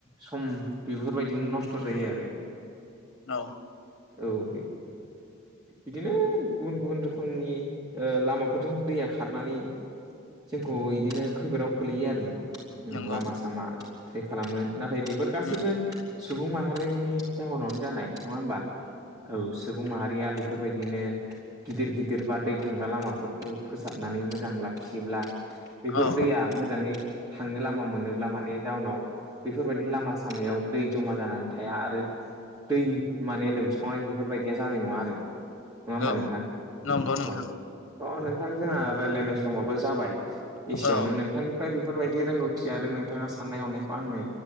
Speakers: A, on the right; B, on the left.
A: सम बेफोरबायदिनो नस्थ' जायो आरो।
B: नौ
A: औ ओ बिदिनो गुबुन गुबुन रोखोमनि ओ लामाफोरजों दैया खारनानै जोंखौ बिदिनो खैफोदाव खोलैयो आरो। ओम
B: नंगौ
A: लामा सामा ट्रे खालामो नाथाय बेफोर गासैबो
B: उम
A: सुबुं माहारिनि जाहोनावनो जानाय नङा होमबा? औ सुबुं माहारिया बेफोरबायदिनो गिदिर गिदिर बा दै थांग्रा लामाफोर खौ फोसाबनानै मोजां लाखियोब्ला बेफोर
B: औ
A: दैया मोजाङै थांनो लामा मोनोब्ला माने जाउनाव बेफोरबायदि लामा सामायाव दै ज'मा जानानै थाया आरो दै माने लोमसावनाय बेफोरबायदिया जानाय नङा आरो नङा होमबा
B: औ
A: नोंथां
B: नंगौ नोंथां
A: औ। थ नोंथां जोंहा रायज्लायनाय समावाबो जाबाय। एसेयावनो
B: औ
A: नोंथांनिफ्राय बेफोरबाय रोंगौथि आरो नोंथाङा साननाय हनायखौ आंनो